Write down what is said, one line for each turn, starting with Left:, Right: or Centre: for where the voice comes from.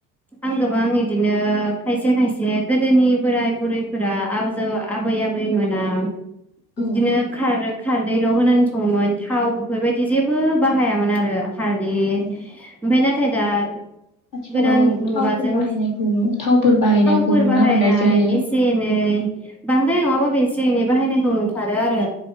Centre: आं गोबां इदिनो खायसे खायसे गोदोनि बोराय बुरैफोरा आजौ आबै आबैमोना
Left: औ
Centre: बिदिनो खारोख खारदैल होनानै सङोमोन थाव बेफोरबायदि जेबो बाहायामोन आरो। हालदि
Left: औ
Centre: ओमफाय ना थायदा
Left: आथिखालाव
Centre: गोदान
Left: औ
Centre: मुगाजों
Left: थावफोर बाहायनायखौ
Centre: थावफोर
Left: बाहायनायखौ नुनो
Centre: बाहायनाय
Left: मोननाय जायो।
Centre: एसे एनै बांद्राय नङाबो एसे एनै बाहायनायखौ नुथारो आरो।